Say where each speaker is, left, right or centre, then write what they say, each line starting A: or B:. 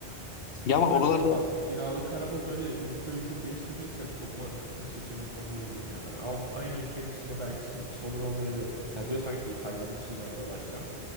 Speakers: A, on the left; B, on the right.
A: Ya
B: E,
A: ama
B: Bilmiyorum
A: oralarda
B: kira, kiralık araba böyle ülke ülke değiştireceksen çok mantıklı bir seçenek olmayabilir. Yani hani al- aynı ülkenin içinde belki son- sorun olmayabilir. Mesela diyorsan ki İtalya'nın içine ben dolaşacağım.